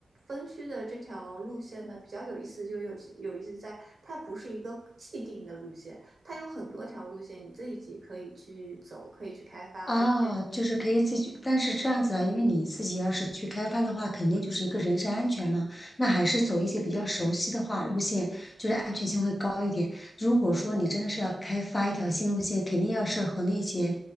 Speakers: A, on the right; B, on the left.
A: 分区的这条路线呢比较有意思，就有有意思在它不是一个既定的路线，它有很多条路线，你自己可以去走，可以去开发，
B: 啊，
A: 而且。
B: 就是可以自己，但是这样子啊，因为你自己要是去开发的话，肯定就是一个人身安全嘛，那还是走一些比较熟悉的话路线，就是安全性会高一点。如果说你真的是要开发一条新路线，肯定要是和那些